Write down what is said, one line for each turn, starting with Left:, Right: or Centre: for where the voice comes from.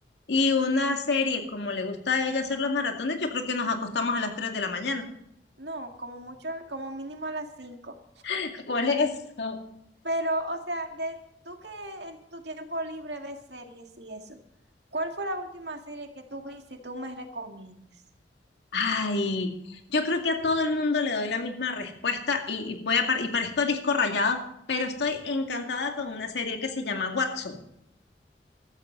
Left: y una serie, como le gusta a ella hacer los maratones, yo creo que nos acostamos a las 3 de la mañana.
Right: no, como mucho, como mínimo a las cinco
Left: <laughs> Por eso.
Right: Pero, o sea, de tú que en tu tiempo libre ves series y eso, ¿cuál fue la última serie que tú viste y tú me recomiendes?
Left: Ay, yo creo que a todo el mundo le doy la misma respuesta y, y voy a par- y parezco disco rayado, pero estoy encantada con una serie que se llama Watson.